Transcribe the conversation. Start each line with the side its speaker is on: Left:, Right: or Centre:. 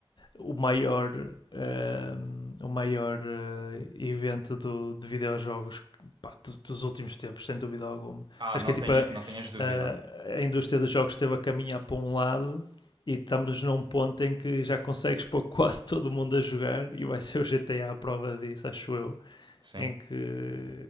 Left: o maior, ehm, o maior eh, evento do, de videojogos pá, do- dos últimos tempos, sem dúvida alguma.
Right: ah,
Left: Acho
Right: não
Left: que é tipo
Right: tenha,
Left: a,
Right: não tenhas dúvida,
Left: a- a indústria dos jogos esteve a caminhar para um lado e estamos num ponto em que já consegues pôr quase todo mundo a jogar e vai ser o GTA a a prova disso, acho eu,
Right: sim.
Left: em que,